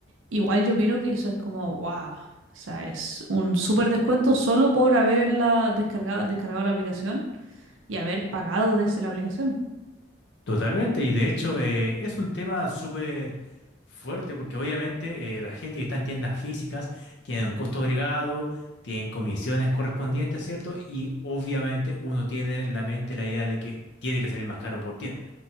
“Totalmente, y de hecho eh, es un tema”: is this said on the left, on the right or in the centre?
Left